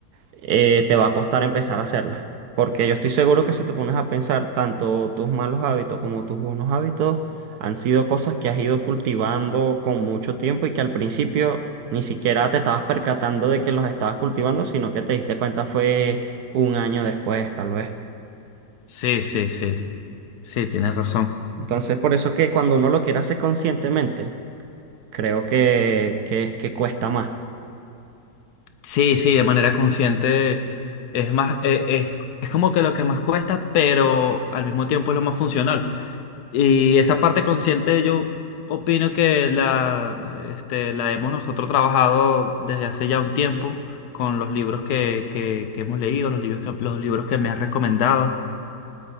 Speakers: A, on the right; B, on the left.
A: eh, te va a costar empezar a hacerla. Porque yo estoy seguro que si te pones a pensar, tanto tus malos hábitos como tus buenos hábitos han sido cosas que has ido cultivando con mucho tiempo y que al principio ni siquiera te estabas percatando de que los estabas cultivando, sino que te diste cuenta fue un año después, tal vez.
B: Sí, sí, sí. Sí, tienes razón.
A: Entonces, por eso que cuando uno lo quiere hacer conscientemente, creo que, que es que cuesta más.
B: Sí, sí, de manera consciente es más, e- es, es como que lo que más cuesta, pero al mismo tiempo es lo más funcional. Y esa parte consciente yo opino que la, este, la hemos nosotros trabajado desde hace ya un tiempo con los libros que, que, que hemos leído, los libros que, los libros que me has recomendado.